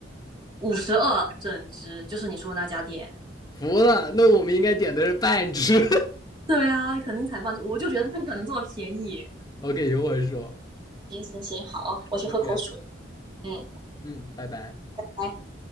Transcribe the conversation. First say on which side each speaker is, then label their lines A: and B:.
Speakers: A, on the right (about 25°); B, on the left (about 20°).
A: 五十二整只，就是你说的那家店。
B: 服了，那我们应该点的是半只。<laughs>
A: 对啊，肯定才半只，我就觉得它不可能这么便宜。
B: OK，一会儿说。
A: 行行行，好，我去喝口水。
B: OK，
A: 嗯，
B: 嗯，拜拜。
A: 拜。